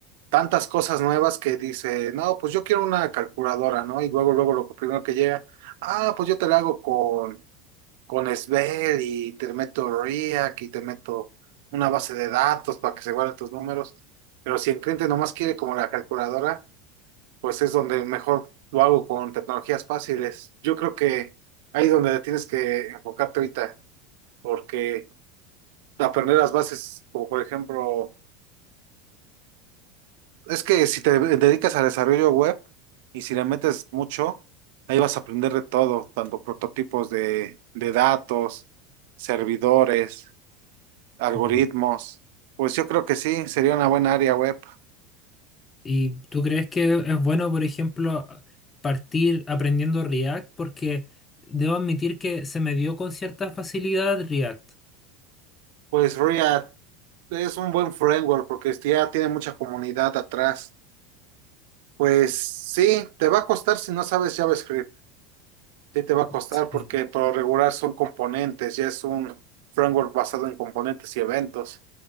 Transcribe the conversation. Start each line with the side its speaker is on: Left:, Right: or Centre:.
Right: tantas cosas nuevas que dice, no, pues yo quiero una calculadora, ¿no? Y luego, luego lo primero que llega, ah, pues yo te la hago con, con Svel y te meto RIAC y te meto una base de datos para que se guarden tus números. Pero si el cliente nomás quiere como la calculadora, pues es donde mejor lo hago con tecnologías fáciles. Yo creo que ahí es donde tienes que enfocarte ahorita, porque aprender las bases, como por ejemplo Es que si te dedicas al desarrollo web y si le metes mucho, ahí vas a aprender de todo, tanto prototipos de, de datos, servidores, algoritmos.
Left: mm.
Right: Pues yo creo que sí, sería una buena área web.
Left: ¿Y tú crees que es bueno, por ejemplo, partir aprendiendo React? Porque debo admitir que se me dio con cierta facilidad React.
Right: Pues React es un buen framework porque ya tiene mucha comunidad atrás. Pues sí, te va a costar si no sabes JavaScript. Sí, te va a costar
Left: Sí.
Right: porque por lo regular son componentes, ya es un framework basado en componentes y eventos.